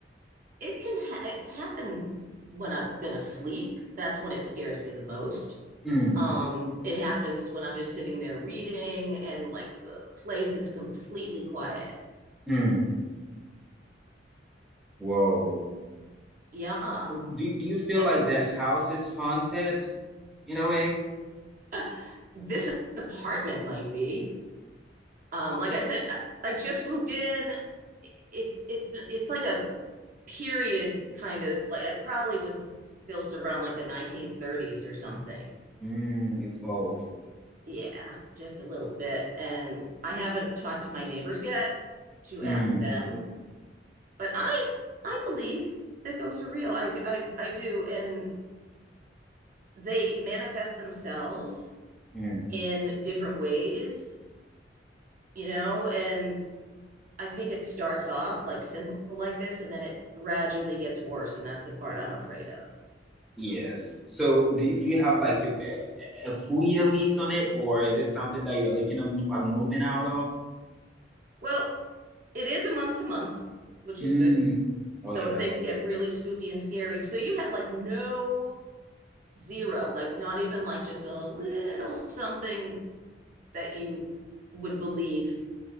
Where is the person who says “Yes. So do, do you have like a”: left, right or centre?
Centre